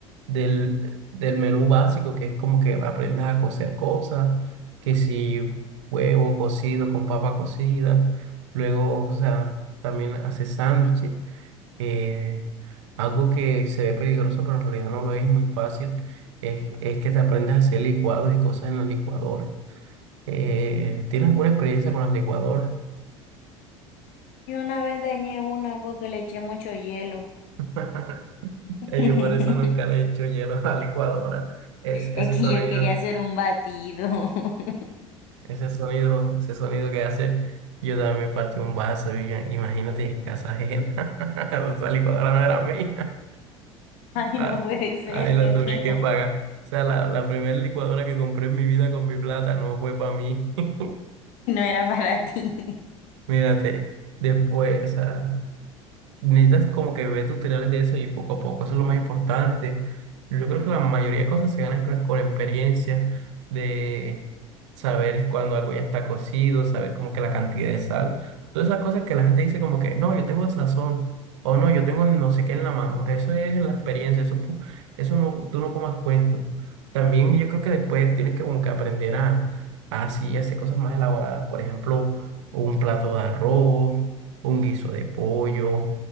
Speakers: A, on the right; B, on the left.
A: del, del menú básico, que es como que aprendas a cocer cosas, que si huevo cocido con papa cocida, luego, o sea, también haces sándwiches eh, algo que se ve peligroso, pero en realidad no lo es muy fácil, es, es que te aprendas a hacer licuados y cosas en la licuadora. Eh, ¿tienes alguna experiencia con las licuadoras?
B: Y una vez dañé una porque le eché mucho hielo.
A: <laughs>
B: <laughs>
A: Eh, Yo por eso nunca le he hecho hielo a la licuadora. Es, ese
B: Es que
A: sonido,
B: yo quería hacer un batido. <laughs>
A: ese sonido, ese sonido que hace, yo también partí un vaso y yo- imagínate en casa ajena. <laughs> Esa licuadora no era mía.
B: Ay,
A: Ah,
B: no puede ser,
A: ahí la
B: qué
A: tuve
B: pena.
A: que pagar. O sea, la, la primera licuadora que compré en mi vida con mi plata no fue para mí. <laughs>
B: No era para ti. <laughs>
A: Mírate, después, o sea. Necesitas como que ver tutoriales de eso y poco a poco, eso es lo más importante. Yo creo que la mayoría de cosas se ganan con, con experiencia, de saber cuando algo ya está cocido, saber como que la cantidad de sal, todas esas cosas que la gente dice como que, no, yo tengo el sazón, o no, yo tengo el no sé qué en la mano, eso es la experiencia, eso, pu- eso no, tú no comas cuento. También yo creo que después tienes que como que aprender a, a así hacer cosas más elaboradas, por ejemplo, un plato de arroz un guiso de pollo,